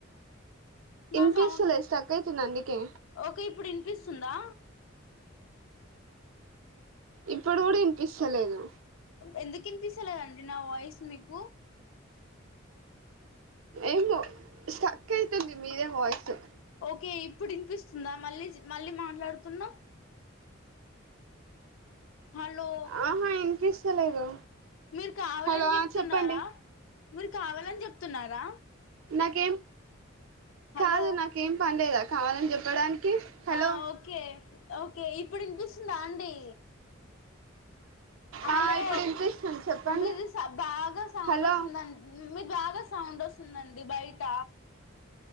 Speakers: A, on the left; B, on the right.
A: నా
B: ఇన్ పీస్లో
A: సౌండ్
B: ఇస్తకై నందికే
A: ఓకే ఇప్పుడు వినిపిస్తుందా
B: ఇప్పుడు కూడా ఇనిపిస్తలేదు
A: ఎందుకు ఇనిపిించేలాగాండి నా వాయిస్ మీకు
B: ఏమో సక్కయితుది మీరే వాయిసు
A: ఓకే ఇప్పుడు వినిపిస్తుందా మళ్ళీ మళ్ళీ మాట్లాడుతున్నా హలో
B: ఆహా ఇనిపిస్తలేదు
A: మీరు కావాలని
B: హలో
A: చెప్తున్నారా
B: చెప్పండి
A: మీరు కావాలని చెప్తున్నారా
B: నాకేం
A: హలో
B: కాదు నాకుేం పాండేదా కాదని చెప్పడానికి హలో
A: ఆ ఓకే ఓకే ఇప్పుడు విన్పిస్ స్తుంధి హలో
B: ఆ ఇప్పుడు వినిపిస్తుంది చెప్పండి
A: మీది సౌ బాగా సౌండ్
B: హలో
A: వస్తుందండి మీది బాగా బాగా సౌండ్ వస్తుందండి బయట